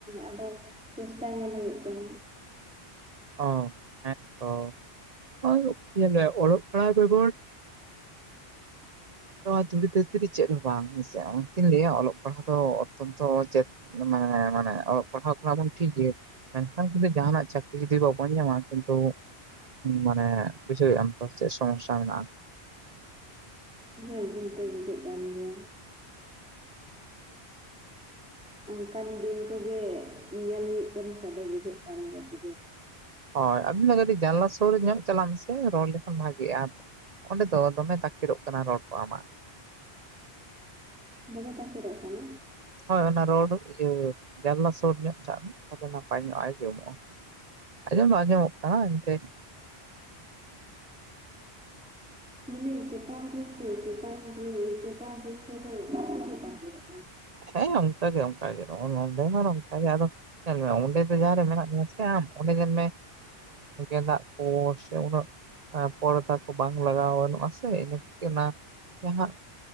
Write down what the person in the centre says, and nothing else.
ᱟᱫᱚ ᱪᱮᱥᱴᱟ ᱧᱮᱞ ᱦᱩᱭᱩᱜ ᱠᱟᱱᱟ
ᱦᱮᱸ ᱵᱩᱡᱽᱛᱚ ᱵᱩᱡᱷᱟᱹᱜ ᱠᱟᱱ ᱜᱮᱭᱟ ᱚᱱᱠᱟᱱ ᱫᱤᱱ ᱠᱚᱜᱮ ᱧᱮᱞ ᱦᱩᱭᱩᱜ ᱠᱟᱱᱟ ᱥᱮ ᱟᱫᱚ ᱵᱩᱡᱷᱟᱹᱜ ᱠᱟᱱ ᱜᱮᱭᱟ ᱵᱩᱡᱷᱟᱹᱣ ᱫᱚ
ᱫᱚᱢᱮ ᱛᱟᱠᱮᱨᱚᱜ ᱠᱟᱱᱟ
ᱢᱟᱱᱮ ᱪᱮᱛᱟᱱ ᱨᱮᱥᱮ ᱪᱮᱛᱟᱱ ᱨᱩᱢ ᱪᱮᱛᱟᱱ ᱨᱩᱢ ᱫᱚ ᱫᱚᱢᱮ ᱜᱮ ᱛᱟᱠᱮᱨᱚᱜ ᱠᱟᱱᱟ